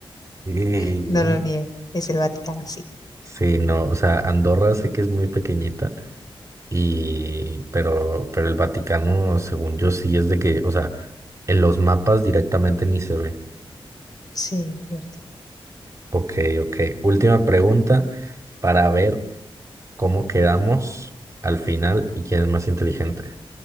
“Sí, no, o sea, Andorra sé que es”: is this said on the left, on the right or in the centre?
Right